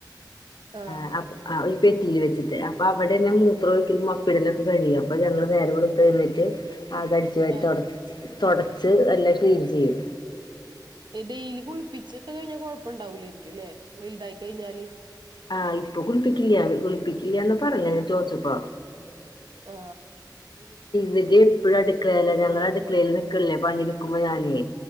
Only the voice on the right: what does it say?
ആഹ്
ആഹ്
എ ഡെയിലി കുളിപ്പിച്ചൊക്കെ കഴിഞ്ഞാൽ കുഴപ്പണ്ടാവൂലേനി ക്കില്ലെ വൽതായി കഴിഞ്ഞാല്
ആ